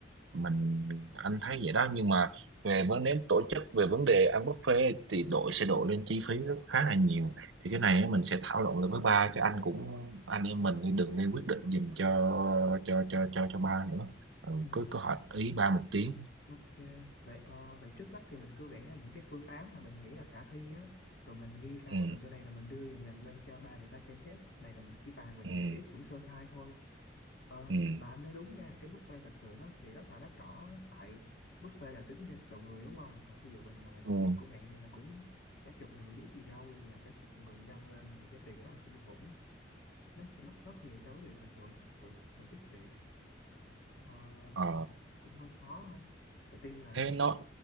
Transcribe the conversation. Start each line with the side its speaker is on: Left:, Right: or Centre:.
Right: mình anh thấy vậy đó nhưng mà về vấn nếu tổ chức về vấn đề ăn buffet thì đội sẽ đội lên chi phí rất khá là nhiều thì cái này á, mình sẽ thảo luận lại với ba chứ anh cũng anh em mình thì đừng nên quyết định giùm cho cho cho cho cho ba nữa ừ,
Left: Ừ.
Right: cứ cứ hỏi ý ba một tiếng
Left: Ok, vậy ờ, vậy trước mắt thì mình cứ vẽ ra những cái phương án mà mình nghĩ là khả thi á, rồi mình ghi ra,
Right: ừ.
Left: rồi sau này là mình đưa dần dần lên cho ba để ba xem xét. Này là mình chỉ bàn về
Right: ừ
Left: những cái ý tưởng sơ khai thôi. Ờ,
Right: ừ ừ
Left: mà anh nói đúng nha, cái buffet thật sự nó sẽ rất là đắt đỏ á, tại buffet là tính theo đầu người đúng không? Và ví dụ mình mời đồng
Right: Ừ.
Left: nghiệp của mẹ đây là cũng cả chục người chứ ít gì đâu, là cả chục người nhân lên thì cái tiền rất là kinh khủng. Nó sẽ mất rất nhiều so với việc mình tự tự tổ chức tiệc. Ờ,
Right: Ờ,
Left: nên là cũng hơi khó ha đầu tiên là
Right: thế
Left: cái
Right: nó